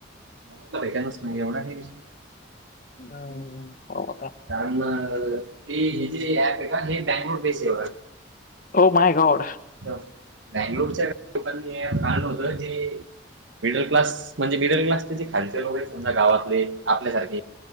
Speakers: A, on the right; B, on the left.
A: मोबदला भेटायलाच नाही, एवढा नाही विष
B: हम्म होता.
A: कारण ते ह जे ऍप आहे का हे बॅगलोर बेसवर आहे.
B: Oh my God!
A: बंगलोरच्या लोकानी ऍप आणल होत जे मिडल क्लास म्हणजे मिडल क्लासचे जे खालचे लोक आहेत, समजा गावातले आपल्यासारखे